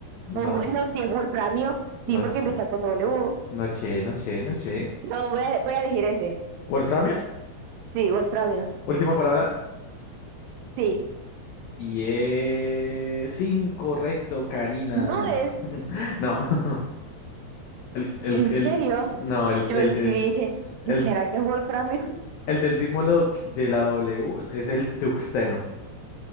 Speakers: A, on the left; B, on the right.
A: No
B: o bueno,
A: sé,
B: <laughs> si es Wolframio, sí,
A: no
B: porque
A: sé.
B: empieza con W.
A: Noche, noche, noche.
B: No, voy a, voy a elegir ese.
A: Wolframio,
B: Sí, Wolframio.
A: última palabra.
B: Sí.
A: Y es incorrecto, Karina.
B: No es,
A: <laughs> No, <laughs> el, el,
B: en serio.
A: el- no, el,
B: Yo
A: el
B: sí
A: de,
B: dije,
A: el
B: "Yo, ¿será que es Wolframio? <laughs>
A: El del símbolo de la W es es el tuxteno.